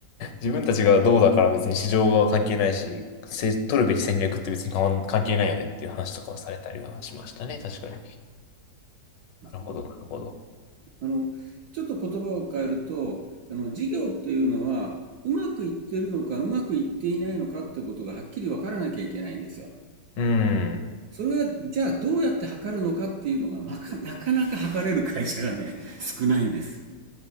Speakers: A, on the left (about 80°); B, on the right (about 65°).
A: 自分たちがどうだから別に市場は関係ないし、せ取るべき戦略って別に変わん関係ないよねっていう話とかはされたりはしましたね。確かに。なるほど、
B: だから、
A: なるほど。
B: あの、ちょっと言葉を変えると、あの、事業っていうのは、うまくいってるのか、うまくいっていないのかってことがはっきり分からなきゃいけないんですよ。
A: うん。
B: それは、じゃあどうやって測るのかっていうのが、まか、なかなか測れる会社がね、少ないんです。